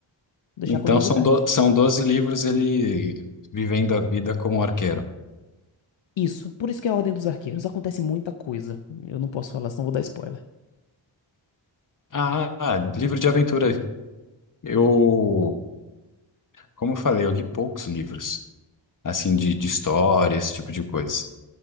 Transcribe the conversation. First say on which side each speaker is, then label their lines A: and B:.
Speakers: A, on the left; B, on the left.
A: deixar
B: Então
A: curiosidade.
B: são, do, são 12 livros ele vivendo a vida como arqueiro.
A: Isso. Por isso que é a Ordem dos Arqueiros. Acontece muita coisa. Eu não posso falar, senão vou dar spoiler.
B: Ah, ah, livro de aventura. Eu, como eu falei, eu li poucos livros, assim, de, de história, esse tipo de coisa.